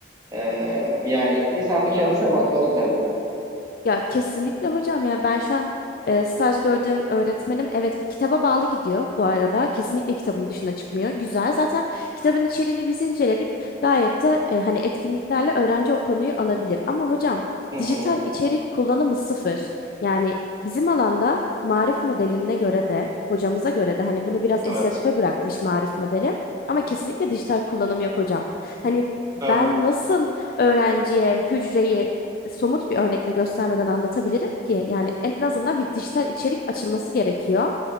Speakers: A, on the right (about 20°); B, on the left (about 50°).
A: ee, yani insan bir kendine <laughs> bakmalı tabii.
B: Ya kesinlikle hocam ya ben şu an e, staj gördüğüm öğretmenim evet kitaba bağlı gidiyor bu arada. Kesinlikle kitabın dışına çıkmıyor. Güzel. Zaten kitabın içeriğini biz inceledik. Gayet de e, hani etkinliklerle öğrenci o konuyu alabilir. Ama hocam
A: Hı hı.
B: dijital içerik kullanımı sıfır. Yani bizim alanda marif modeline göre de hocamıza göre de hani bunu biraz
A: Evet.
B: inisiyatife bırakmış marif modeli. Ama kesinlikle dijital kullanım yok hocam. Hani
A: Evet.
B: ben nasıl öğrenciye hücreyi somut bir örnekle göstermeden anlatabilirim ki yani en azından bir dijital içerik açılması gerekiyor.